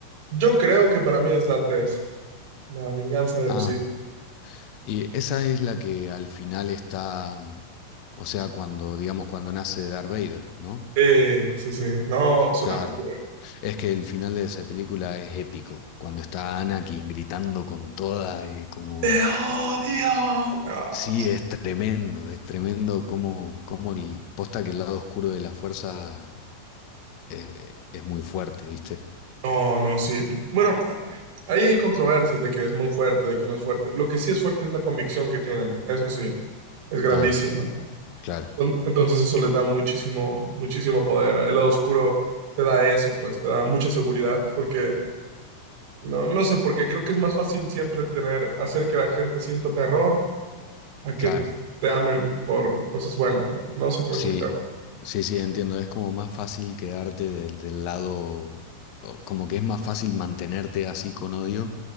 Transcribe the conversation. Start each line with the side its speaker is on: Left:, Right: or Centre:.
Right: Yo creo que para mí es la tres La venganza de
Left: Ah,
Right: los Sith.
Left: y esa es la que al final está, mm, o sea, cuando, digamos, cuando nace Darth Vader, ¿no?
Right: Sí, sí, sí. No, es
Left: Claro,
Right: una locura.
Left: es que el final de esa película es épico, cuando está Anakin gritando con toda, eh, como,
Right: ¡Te odio! No,
Left: sí, es tremendo, es tremendo como, como el, posta que el lado oscuro de la fuerza es, eh, es muy fuerte, ¿viste?
Right: no, no, sí. Bueno, ahí hay controversias de que es muy fuerte, de que no es fuerte. Lo que sí es fuerte es la convicción que tienen. Eso sí, es grandísima.
Left: Ah, claro.
Right: Don- Entonces eso les da muchísimo, muchísimo poder. El lado oscuro te da eso, pues, te da mucha seguridad, porque no, no sé, porque creo que es más fácil siempre tener, hacer que la gente sienta terror a que
Left: Claro,
Right: te amen por cosas buenas, ¿no? No sé cómo
Left: Sí,
Right: explicar.
Left: sí, sí, entiendo. Es como más fácil quedarte del, del lado, o como que es más fácil mantenerte así con odio